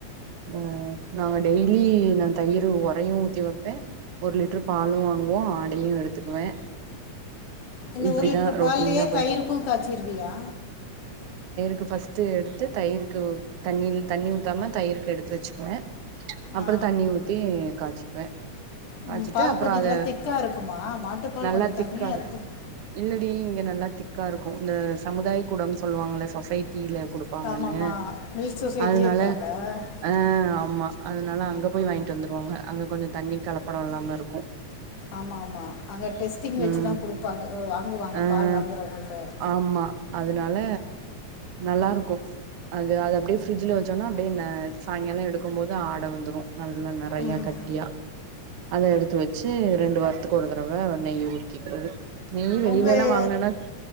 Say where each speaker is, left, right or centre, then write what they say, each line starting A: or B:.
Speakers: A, on the right (about 65°); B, on the left (about 80°).
A: ஆ நாங்க டெய்லி நா தயிர் ஒரையு ஊத்தி வப்பே ஒரு லிட்ரு பாலு வாங்குவோ ஆடையு எடுத்துக்குவே
B: இந்த
A: இப்டிதா
B: ஒரு லிட்ரு
A: ரொட்டீனா
B: பால்லயே
A: போயிட்ருக்கு
B: தயிருக்கு காய்ச்சிருவியா?
A: க்கு ஃபஸ்ட்டு எடுத்து தயி்ருக்கு தண்ணி தண்ணி ஊத்தாம தயி்ர் க்கு எடுத்து வச்சுக்குவே அப்பற
B: ஆ
A: தண்ணி ஊத்தி காச்சிக்குவே காச்சிட்டு
B: ம், பால்
A: அப்புறோ
B: கொஞ்சம்
A: அது
B: நல்லா திக்காக இருக்குமா மாட்டுப்பால்
A: நல்லா
B: கொஞ்சம்
A: திக்கா
B: தண்ணியாக
A: இருக்கு
B: இருக்கும்
A: இல்லடியு இங்க நல்லா திக்கா இருக்கு இந்த சமுதாய கூடோன்னு சொல்லுவாங்கல்ல சொசை ட்டில குடுப்பாங்கன்னு
B: ஆமாம்மா மில்க் சொசைட்டியே
A: அதனால
B: இருக்காங்க
A: ஆ ஆமா அதனால அங்க போய் வாங் கிட்டு வந்துருவாங்க அங்க கொஞ்ச தண்ணி கலப்படோ இல்லாம இருக்கு
B: ஆமா ஆமா அங்க டெஸ்ட்டிங் வெச்சுதா
A: ம்
B: குடுப்பாங்க ஆ வாங்குவாங்க
A: ஆ
B: பால் வாங்குறவங்கள்ட்ட
A: ஆமா அதனால நல்லா இருக்கு அது அது அப்டியே ஃப்ரிட்ஜ்ல வச்சவுன்னே அப்டியே ந சாயங்கால எடுக்கும் போது ஆ ட வந்துரு நல்லா நெறையா
B: ம்
A: கட்டியா அத எடுத்து வச்சு ரெண்டு வாரத்துக்கு ஒரு தடவ நெய் உரு க்கிக்கிறது நெய் வெளியிலல்லா
B: உங்கள்
A: வாங்குனன்னா